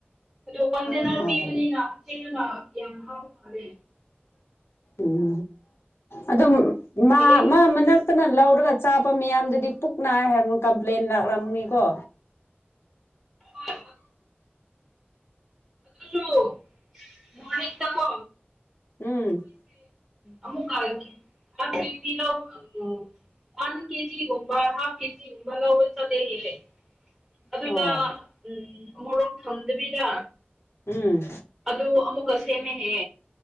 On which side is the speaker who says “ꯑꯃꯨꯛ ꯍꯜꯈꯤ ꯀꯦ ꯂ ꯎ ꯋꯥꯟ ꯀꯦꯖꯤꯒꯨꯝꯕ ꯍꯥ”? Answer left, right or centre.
Centre